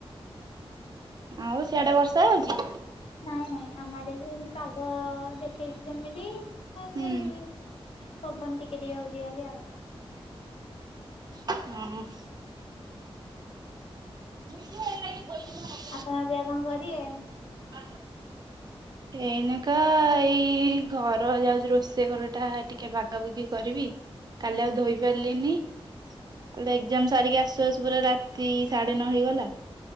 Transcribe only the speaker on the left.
ନାଇଁ ନାଇଁ ଆମ ଆଡେ ବି ଏମତି ପାଗ ଦେଖେଇଛି ସେମିତି <unintelligible>
ପବନ ଟିକେ ଟିକେ ହଉଚି ଖାଲି ଆଉ
ଆପଣ ଅବିକା କଣ କରିବେ?
ହଁ